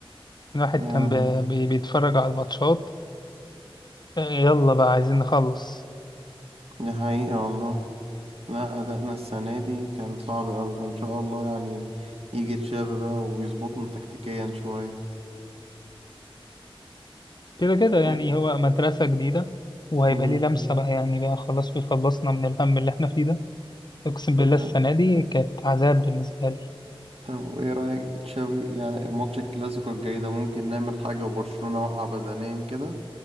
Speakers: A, on the left (about 50°); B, on the right (about 85°).
A: الواحد
B: يعني
A: كان بي... بي- بيتفرج على الماتشات آه، يلا بقى عايزين نخلص
B: دي حقيقة والله لا أدائنا السنة دي كان صعب أوي فإن شاء الله يعني يجي تشابي بقى ويظبطنا تكتيكيا شوية
A: كده كده يعني
B: إيه.
A: هو مدرسة جديدة وهيبقى
B: مم.
A: ليه لمسة بقى يعني بقى خلاص بيخلصنا من الهم اللي إحنا فيه ده أقسم بالله
B: طب
A: السنة دي كانت عذاب بالنسبة لي
B: طب إيه رأيك تشابي يعني ماتش الكلاسيكو الجاي ده ممكن نعمل حاجة وبرشلونة وقع بدنيا كده